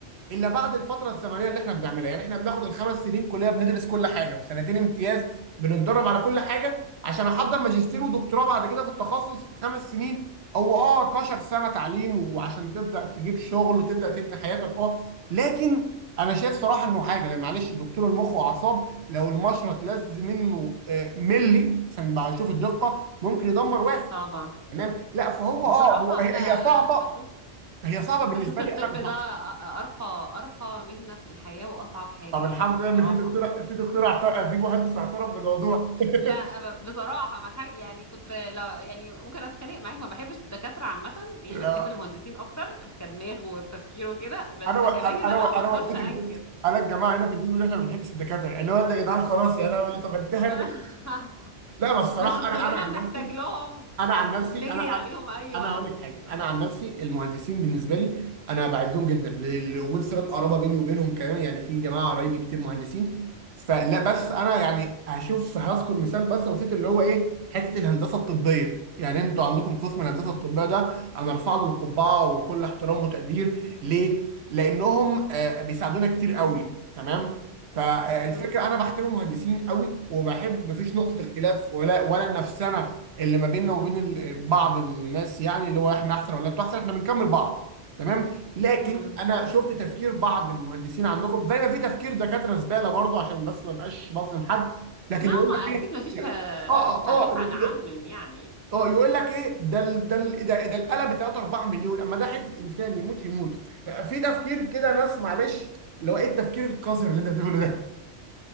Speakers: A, on the right; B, on the left.
A: الا بعد الفتره الزمنيه اللي احنا بنعملها يعني احنا بناخد الخمس سنين كليه بندرس كل حاجه وسنتين امتياز بنتدرب على كل حاجه عشان احضر ماجستير ودكتوراه بعد كده في التخصص في خمس سنين او اه 12 سنه تعليم وعشان تبدا تجيب شغل وتبدا تبني حياتك اه لكن انا شايف صراحه انه حاجه لان معلش دكتور المخ واعصاب لو المشرط لز منه آه، ملي عشان بقى اشوف الدقه ممكن يدمر واحد
B: طبعا
A: تمام لا فهو
B: بصراحة
A: اه هو هي
B: انا
A: هي صعبه
B: بشوف
A: هي صعبه بالنسبه
B: بشوف الطب
A: لي انا
B: ده
A: كشخص
B: أ- أ- ارقى ارقى مهنة في الحياة واصعب حاجة
A: طب
B: يعني
A: الحمد
B: بصراحة
A: لله ان في دكتور في دكتور اعترف في مهندس اعترف بالموضوع <laughs>
B: لا ب- بصراحة ما تح... يعني كنت لو يعني ممكن اتخانق معاك ما بحبش الدكاترة عامة يعني
A: آه،
B: بحب المهندسين اكتر في كدماغ وتفكير وكده بس
A: انا و...
B: كمهنة
A: انا
B: بقى
A: و... انا
B: ما اقدرش
A: والدتي
B: انكر
A: بتقول انا الجماعه هنا في الدين ان احنا ما بنحبش الدكاتره اللي هو انت يا جدعان خلاص يعني انا اعمل ايه طب التهر
B: <laughs>
A: لا بس الصراحه
B: بس كلنا
A: انا انا عن
B: بنحتاج
A: نفسي
B: لهم
A: انا عن نفسي
B: وبنجري
A: انا
B: عليهم اي
A: انا
B: وقت
A: هقول لك حاجه
B: اه
A: انا عن نفسي المهندسين بالنسبه لي انا بعزهم جدا ل- لوجود صله قرابه بيني وبينهم كمان يعني في جماعه قرايبي كتير مهندسين فلا بس انا يعني هشوف هذكر مثال بس بسيط اللي هو ايه حته الهندسه الطبيه يعني انتوا عندكم قسم الهندسه
B: مم.
A: الطبيه ده انا ارفع له القبعه وكل احترام وتقدير ليه؟ لانهم آه، بيساعدونا كتير قوي تمام؟ فالفكره
B: مم.
A: انا بحترم المهندسين قوي وبحب مفيش نقطه الخلاف ولا ولا النفسنه اللي ما بيننا وبين ال- بعض الناس يعني اللي هو احنا احسن ولا انتوا احسن احنا بنكمل بعض تمام لكن
B: مم.
A: انا شفت تفكير بعض المهندسين عندكم زي ما في تفكير دكاتره زباله برضه عشان بس ما بقاش بظلم حد لكن
B: لا
A: يقول
B: ما
A: لك ايه
B: اكيد ما فيش
A: اه
B: مش
A: اه
B: هننفع
A: اه ي-
B: نعمم
A: ي-
B: يعني
A: اه يقول لك ايه ده ال- ده ال- ده ده القلم ب 3 4 مليون اما ده حته انسان يموت يموت في تفكير كده ناس معلش اللي هو ايه التفكير القذر اللي انت بتقوله ده